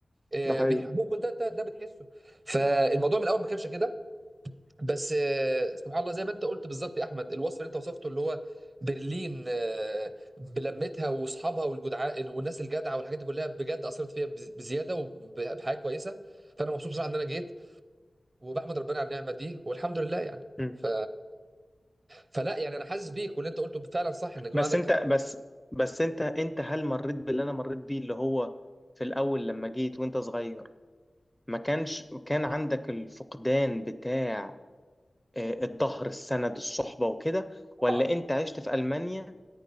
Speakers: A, on the right; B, in the centre.
A: آه،
B: ده حقيقي
A: بيحبوك وانت انت ده بتحسه فالموضوع من الاول ما كانش كده بس آه، سبحان الله زي ما انت قلت بالظبط يا احمد الوصف اللي انت وصفته اللي هو برلين آه، بلمتها واصحابها والجدعاء والناس الجدعه والحاجات دي كلها بجد اثرت فيا بز- بزياده وبحاجه كويسه فانا مبسوط بصراحه ان انا جيت وبحمد ربنا على النعمه دي والحمد لله يعني
B: مم.
A: ف... فلا يعني انا حاسس بيك واللي انت قلته فعلا صح ان يكون
B: بس
A: عندك
B: أنت بس بس أنت أنت هل مريت باللي أنا مريت بيه اللي هو في الأول لما جيت وأنت صغير ما كانش كان عندك الفقدان بتاع آه، الظهر السند الصحبة وكده
A: طبعا
B: ولا أنت عشت في ألمانيا